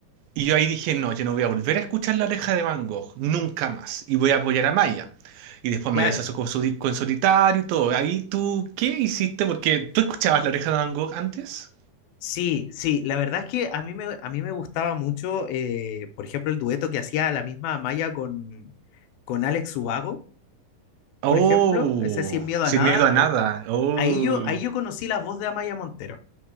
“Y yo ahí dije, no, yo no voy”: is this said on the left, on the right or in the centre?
Right